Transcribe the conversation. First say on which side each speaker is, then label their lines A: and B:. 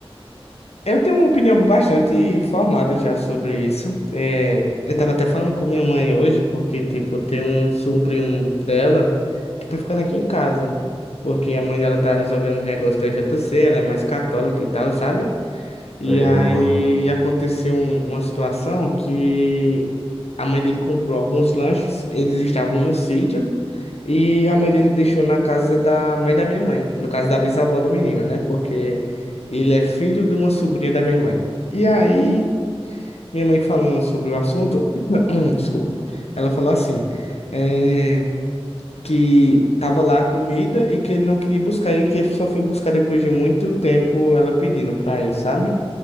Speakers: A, on the left; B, on the right.
A: Eu tenho uma opinião bastante formada já sobre isso. É, eu tava até falando com minha mãe hoje, porque, tipo, tem um sobrinho dela que tá ficando aqui em casa. Porque a mãe dela tá resolvendo os negócios da JC, ela é mais católica e tal, sabe? E
B: Sei
A: aí
B: como é.
A: aconteceu um- uma situação que a mãe dele comprou alguns lanches, eles estavam no sítio. E a mãe dele deixou na casa da mãe da minha mãe, no caso da bisavó do menino, né? Porque ele é filho de uma sobrinha da minha mãe. E aí, minha mãe falando sobre o assunto, <clears throat> desculpa, ela falou assim, eh, que tava lá a comida e que ele não queria buscar e que ele só foi buscar depois de muito tempo ela pedindo pra ir, sabe?